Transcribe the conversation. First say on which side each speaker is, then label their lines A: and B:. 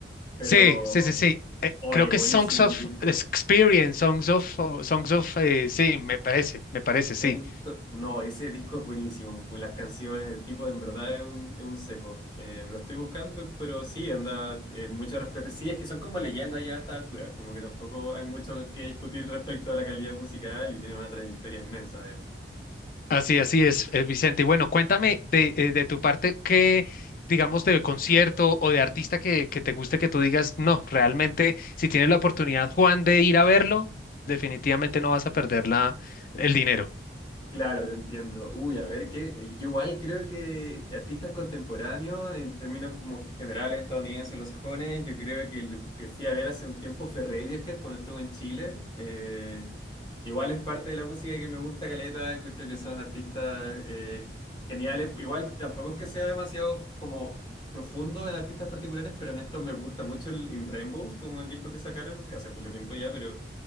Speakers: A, on the left; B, on the left.
A: Pero,
B: Sí, sí, sí, sí. Eh,
A: oye,
B: creo que
A: buenísimo
B: Songs of
A: el disco.
B: Experience, Songs of, o Songs of, eh, sí, me parece, me parece,
A: Tenés
B: sí.
A: to- No, ese disco es buenísimo. Las canciones, el tipo de en verdad es un, es un seco. Eh, lo estoy buscando, pero sí, anda, eh, mucho respeto. Sí, es que son como leyendas ya a estas alturas, como que tampoco hay mucho que discutir respecto a la calidad musical y tienen una trayectoria inmensa además.
B: Así, así es, eh, Vicente. Y bueno, cuéntame de, eh, de tu parte qué, digamos, de concierto o de artista que, que te guste que tú digas, no, realmente, si tienes la oportunidad, Juan, de ir a verlo, definitivamente no vas a perder la, el dinero.
A: Claro, te entiendo. Uy, a ver, que yo igual creo que artistas contemporáneos, en términos como generales estadounidenses, los sajones, yo creo que el que fui a ver hace un tiempo fue Radiohead cuando estuve en Chile. Eh, igual es parte de la música que me gusta, caleta, creo que son artistas eh, geniales. Igual tampoco es que sea demasiado como profundo en artistas particulares, pero en estos me gusta mucho el In Rainbows, como el disco que sacaron, que hace mucho tiempo ya, pero...